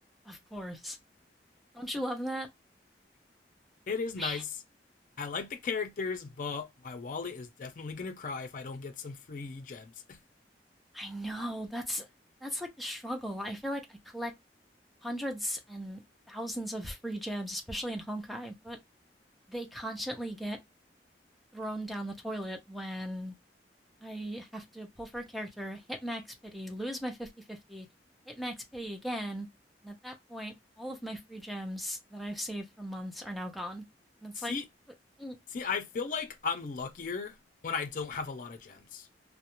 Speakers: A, in the centre; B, on the left (about 50°).
A: Of course. Don't you love that?
B: It is nice.
A: I,
B: I like the characters, but my wallet is definitely gonna cry if I don't get some free gems. <laughs>
A: I know. That's that's like the struggle. I feel like I collect hundreds and thousands of free gems, especially in Honkai, but they constantly get thrown down the toilet when I have to pull for a character, hit max pity, lose my fifty-fifty, hit max pity again, and at that point, all of my free gems that I've saved for months are now gone. And it's
B: see,
A: like, w- mm,
B: see, I feel like I'm luckier when I don't have a lot of gems.